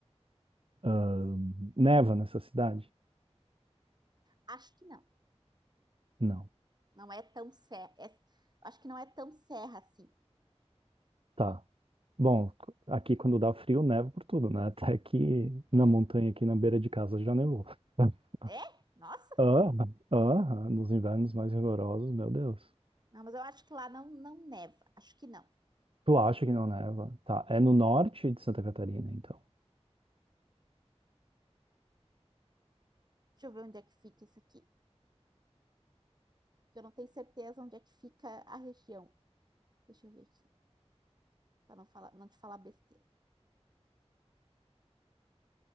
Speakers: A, on the right; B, on the right.
A: Ahn, neva nessa cidade?
B: acho que não.
A: Não.
B: Não é tão serra. é- acho que não é tão serra assim.
A: Tá. Bom, c- aqui quando dá frio, neva por tudo, né? Até que na montanha aqui na beira de casa já nevou. <laughs>
B: É? Nossa!
A: Ah, ah, nos invernos mais rigorosos, meu Deus.
B: Não, mas eu acho que lá não, não neva. Acho que não.
A: Tu acha que não neva? Tá,
B: É.
A: é no norte de Santa Catarina, então.
B: Deixa eu ver onde é que fica isso aqui. Eu não tenho certeza onde é que fica a região. Deixa eu ver aqui, para não falar, não te falar besteira.